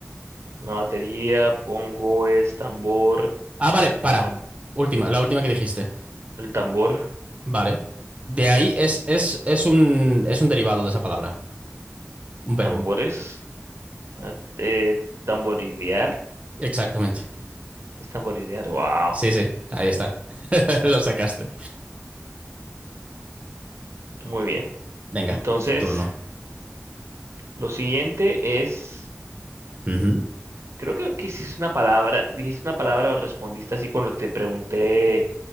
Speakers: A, on the right (about 75°); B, on the right (about 25°).
A: Una batería, bongo es tambor.
B: Ah, vale, para.
A: ah,
B: Última, la última que dijiste.
A: el tambor.
B: Vale. De ahí es, es, es un, es un derivado de esa palabra. Un verbo.
A: Tambores. Ah, eh, tamborilear.
B: Exactamente.
A: Es tamborilear. Wow.
B: Sí, sí, ahí está. <laughs> Lo sacaste.
A: Muy bien.
B: Venga,
A: Entonces,
B: tu turno.
A: lo siguiente es.
B: Ujú,
A: Creo que, que hiciste una palabra. Dijiste una palabra o respondiste así cuando te pregunté